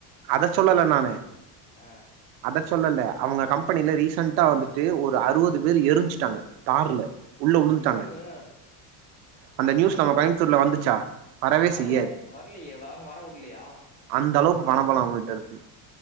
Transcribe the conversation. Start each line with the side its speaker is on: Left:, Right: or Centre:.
Right: அத சொல்லல நானு
Left: ஆ
Right: அத சொல்லல்ல அவுங்க கம்பெனில ரீசன்டா வந்துட்டு ஒரு அறுவது பேரு எருஞ்சுட்டாங்க தார்ல உள்ள உழுந்துட்டாங்க
Left: இன்னோனுங்க
Right: அந்த
Left: அப்புடியா
Right: நியூஸ் நம்ம கோயம்புத்தூர்ல வந்துச்சா வரவே
Left: வர்ல
Right: செய்யாது
Left: வரலயே வ வரவுட்லயா
Right: அந்த அளவுக்கு பண பலோ அவுங்கட்ட இருக்கு